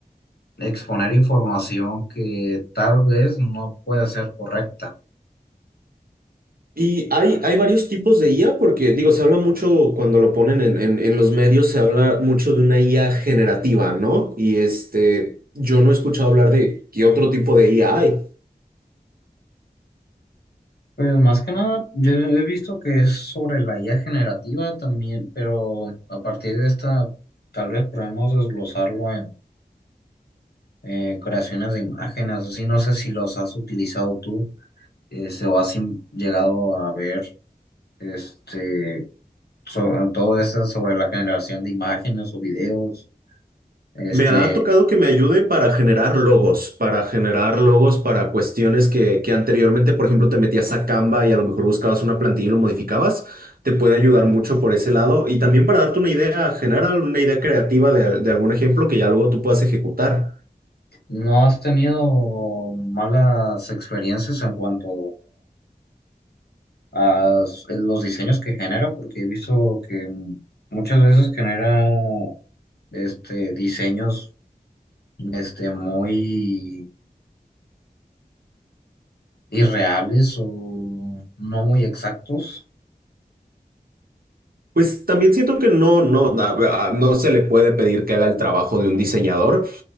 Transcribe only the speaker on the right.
Y hay, hay varios tipos de IA porque, digo, se habla mucho cuando lo ponen en, en, en los medios, se habla mucho de una IA generativa, ¿no? Y este, yo no he escuchado hablar de qué otro tipo de IA hay.
Me ha tocado que me ayude para generar logos, para generar logos para cuestiones que, que anteriormente, por ejemplo, te metías a Canva y a lo mejor buscabas una plantilla y lo modificabas. Te puede ayudar mucho por ese lado. Y también para darte una idea general, una idea creativa de, de algún ejemplo que ya luego tú puedas ejecutar.
Pues también siento que no, no, a- a- no se le puede pedir que haga el trabajo de un diseñador,